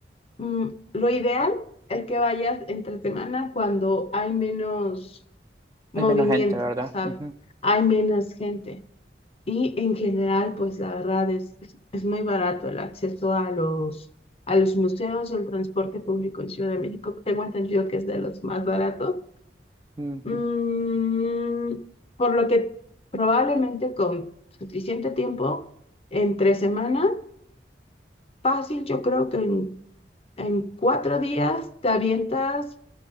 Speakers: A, on the left; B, on the right.
A: mm, lo ideal es que vayas entre semana cuando hay menos movimiento,
B: Hay menos gente, ¿verdad?
A: ¿sabes?
B: Ujú,
A: Hay menos gente. Y en general, pues la verdad es, es, es muy barato el acceso a los, a los museos y el transporte público en Ciudad de México. Tengo entendido que es de los más baratos.
B: ujú.
A: Mm, por lo que probablemente con suficiente tiempo, entre semana, fácil, yo creo que en, en cuatro días te avientas